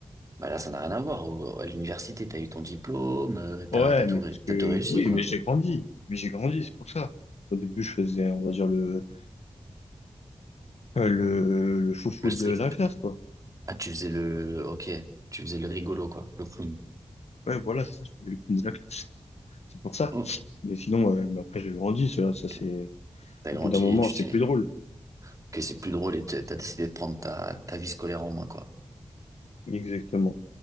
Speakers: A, on the right; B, on the left.
A: bah, là, ça n'a rien à voir. Au- à l'université, t'as eu ton diplôme, euh, t'as,
B: Ouais,
A: t'as tout,
B: mais
A: ré-
B: parce que,
A: t'as tout réussi,
B: oui,
A: quoi.
B: mais j'ai grandi. Mais j'ai grandi, c'est pour ça. Au début, je faisais, on va dire, le, euh, le, le foufou
A: Le strict,
B: de la classe, quoi.
A: ah, tu faisais le, ok, tu faisais le rigolo, quoi, le clown.
B: Ouais, voilà, c'est ça, je faisais le clown de la classe. C'est pour ça.
A: Oh,
B: Mais sinon, ouais, mais après, j'ai grandi, ça, ça, c'est,
A: ok. T'as
B: au
A: grandi
B: bout d'un moment,
A: et tu
B: c'est
A: t'es,
B: plus drôle.
A: ok, c'est plus drôle et t'as t'as décidé de prendre ta, ta vie scolaire en main, quoi.
B: Exactement.